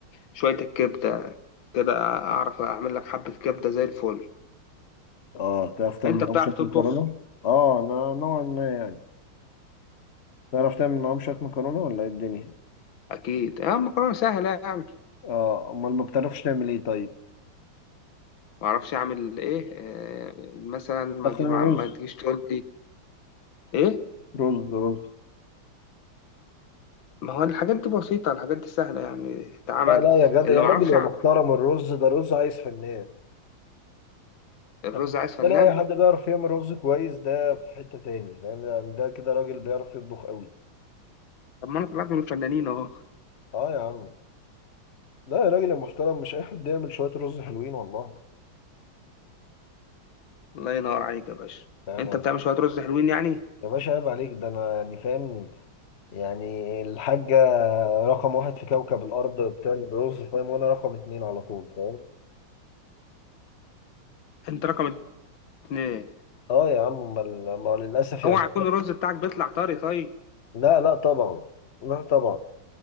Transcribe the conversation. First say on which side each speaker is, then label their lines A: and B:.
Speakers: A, on the left; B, on the left.
A: شوية الكبدة كده أعرف أعمل لك حبة كبدة زي الفل
B: اه بتعرف تعمل
A: أنت بتعرف
B: معاهم شويه
A: تطبخ
B: مكرونه؟ اه ن- نوعا ما يعني تعرف تعمل معاهم شويه مكرونه ولا ايه الدنيا؟
A: أكيد يا مكرونة سهلة يعني
B: اه امال ما بتعرفش تعمل ايه طيب؟
A: ما أعرفش أعمل إيه آه، مثلا ما
B: بتعرف
A: تجي-
B: تعمل
A: ما
B: رز؟
A: ما تجيش تقول لي إيه
B: رز رز
A: ما هو الحاجات دي بسيطة الحاجات دي سهلة يعني تتعمل
B: لا لا يا جدع
A: اللي
B: يا
A: ما
B: راجل
A: أعرفش
B: يا
A: أعمل
B: محترم الرز ده رز عايز فنان
A: الرز
B: أنا بالنسبة
A: عايز فنان
B: لي أي حد بيعرف يعمل رز كويس ده في حتة تاني فاهم يعني ده كده راجل بيعرف يطبخ قوي
A: طب ما أنا طلعت من الفنانين أهو
B: أه يا عم ده يا راجل يا محترم مش أي حد يعمل شوية رز حلوين والله
A: الله ينور عليك يا باشا
B: فاهم
A: أنت
B: يعني
A: بتعمل شوية رز حلوين يعني
B: يا باشا عيب عليك ده أنا يعني فاهم يعني الحاجة رقم واحد في كوكب الأرض بتعمل رز فاهم وأنا رقم اتنين على طول فاهم
A: أنت رقم اتنين
B: أه يا عم أمال ما للأسف يعني
A: اوعى يكون الرز بتاعك بيطلع طري طيب
B: لا لا طبعا لا طبعا